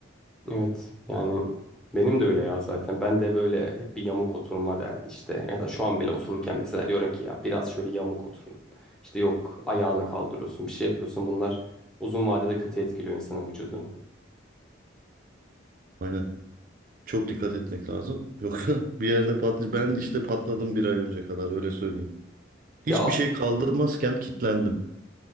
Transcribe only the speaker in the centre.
Evet. Yani benim de öyle ya zaten. Ben de böyle hep bir yamuk oturma derdi işte. Mesela şu an bile otururken mesela diyorum ki ya biraz şöyle yamuk oturayım. İşte yok ayağını kaldırıyorsun, bir şey yapıyorsun. Bunlar uzun vadede kötü etkiliyor insanın vücudunu.
Ya